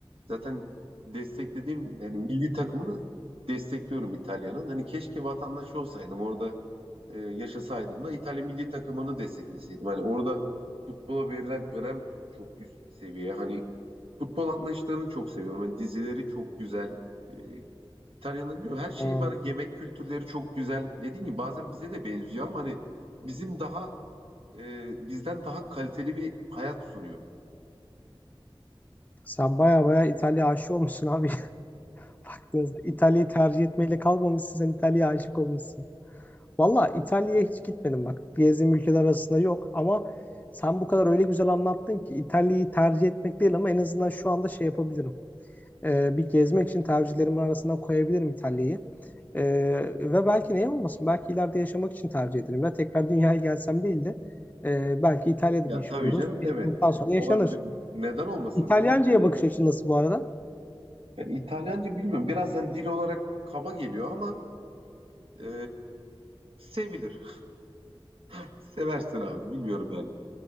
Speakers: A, on the right (about 75°); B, on the left (about 15°).
A: Zaten desteklediğim yani milli takımını destekliyorum İtalya'nın. Hani keşke vatandaşı olsaydım orada e, yaşasaydım da İtalya milli takımını destekleseydim. Hani orada futbola verilen önem çok üst seviye. Hani futbol anlayışlarını çok seviyorum. Hani dizileri çok güzel. E, İtalya'nın bilmiyorum her şeyi
B: Hmm.
A: bana yemek kültürleri çok güzel. Dediğim gibi bazen bize de benziyor ama hani bizim daha e, bizden daha kaliteli bir hayat sunuyor.
B: Sen baya baya İtalya aşık olmuşsun abi. <laughs> Baktığınızda İtalya'yı tercih etmeyle kalmamışsın sen İtalya'ya aşık olmuşsun. Valla İtalya'ya hiç gitmedim bak. Gezdiğim ülkeler arasında yok ama sen bu kadar öyle güzel anlattın ki İtalya'yı tercih etmek değil ama en azından şu anda şey yapabilirim. Ee, bir gezmek için tercihlerimin arasına koyabilirim İtalya'yı. Ee, ve belki neye olmasın? Belki ileride yaşamak için tercih ederim. Ya tekrar dünyaya gelsem değil de e, belki İtalya'da
A: Ya
B: bir iş
A: tabii
B: buluruz.
A: canım
B: İş
A: evet
B: bulduktan sonra yaşanır.
A: olabilir. Neden olmasın
B: İtalyanca'ya
A: tabii ki de.
B: bakış açın nasıl bu arada?
A: Yani İtalyanca bilmiyorum. Biraz hani dil olarak kaba geliyor ama e, sevilir. <laughs> Seversin abi bilmiyorum yani.